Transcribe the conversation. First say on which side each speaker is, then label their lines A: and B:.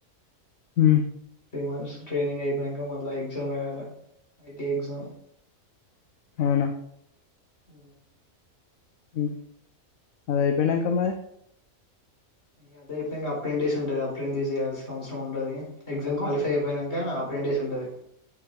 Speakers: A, on the left; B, on the left.
A: ఉ
B: ఫస్ట్ ట్రైనింగ్ అయిపోయాంక మళ్ళా ఎగ్జామ్ రాయాల ఐటీ ఎగ్జామ్.
A: అవునా
B: ఊ
A: ఉ అది అయిపోయినంక మరి
B: ఇగ అదైతే ఇంగా అప్రెంటీస్ ఉంటది. అప్రెంటీస్ చేయాల్సిన అవసరం ఉంటది ఎగ్జమ్ క్వాలిఫై అయిపోయినాంక ఫ్రె రైస్ ఉంటది